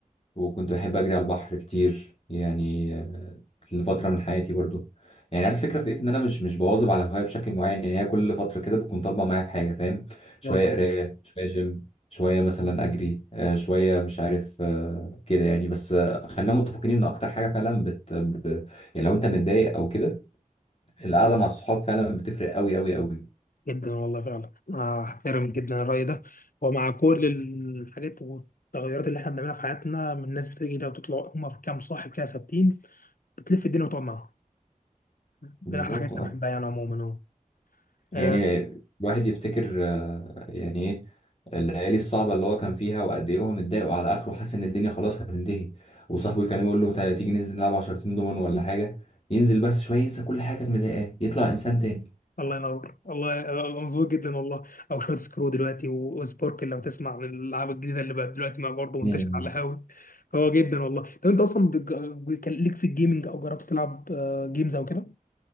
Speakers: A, on the left (about 45°); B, on the left (about 80°).
A: وكنت بحب أجري على البحر كتير يعني آه، لفترة من حياتي برضو يعني عارف الفكرة في إيه؟ إن أنا مش مش بواظب على هواية بشكل معين يعني هي كل فترة كده بتكون طالبة معايا في حاجة فاهم شوية
B: واصل
A: قراية شوية جيم شوية مثلا أجري آه، شوية مش عارف آه، كده يعني بس آه، خلينا متفقين إن أكتر حاجة فعلا بت يعني لو أنت متضايق أو كده القعدة مع الصحاب فعلا بتفرق أوي أوي أوي
B: جدا والله فعلا أحترم جدا الرأي ده ومع كل الحاجات والتغيرات اللي إحنا بنعملها في حياتنا من الناس بتيجي ده وتطلع هم في كام صاحب كده ثابتين بتلف الدنيا وتقعد معاهم من
A: بالظبط
B: أحلى الحاجات اللي
A: اه
B: بحبها يعني عموما أهو
A: يعني
B: آه،
A: الواحد يفتكر آه، يعني ايه الليالي الصعبة اللي هو كان فيها وقد ايه هو متضايق وعلى اخره حاسس ان الدنيا خلاص هتنتهي وصاحبه كان يقول له تعالى تيجي ننزل نلعب عشرتين دومن ولا حاجة ينزل بس شوية ينسى كل حاجة كانت مضايقاه يطلع انسان تاني
B: الله ينور والله أنا مظبوط جدا والله او شويه سكرو دلوقتي و- وسبوركل لو تسمع عن الالعاب الجديده اللي بقت دلوقتي ما برضه منتشر
A: مم.
B: على القهاوي فهو جدا والله طب انت اصلا بتج- كان ليك في الجيمنج او جربت تلعب جيمز او كده